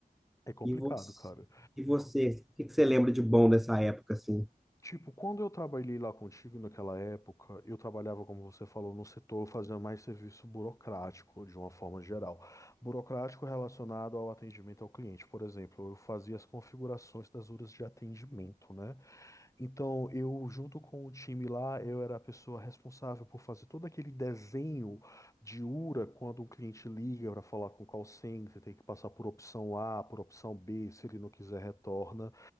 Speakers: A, on the left; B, in the centre.
A: É complicado,
B: E você,
A: cara.
B: e você, o que que você lembra de bom dessa época, assim?
A: Tipo, quando eu trabalhei lá contigo naquela época, eu trabalhava, como você falou, no setor fazendo mais serviço burocrático, de uma forma geral. Burocrático relacionado ao atendimento ao cliente. Por exemplo, eu fazia as configurações das horas de atendimento, né? Então, eu, junto com o time lá, eu era a pessoa responsável por fazer todo aquele desenho de URA quando um cliente liga para falar com o call center, tem que passar por opção A, por opção B, se ele não quiser, retorna.